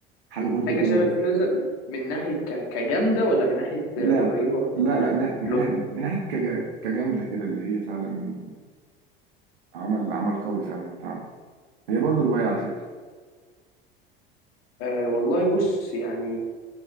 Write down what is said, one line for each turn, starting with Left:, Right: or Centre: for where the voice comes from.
Right: حاجة برضو
Left: حاجة
Right: كده
Left: شبه الفيل الأزرق من ناحية ك- كجامدة ولا من ناحية
Right: لا
Left: آه، قريبة من
Right: لا
Left: ال-
Right: لا من
Left: البلوت
Right: من من ناحيه كج- كجامده كده اللي هي فعلا عمل عمل قوي فعلا اتعمل هي برضو روايه على فكره
Left: أه والله بص يعني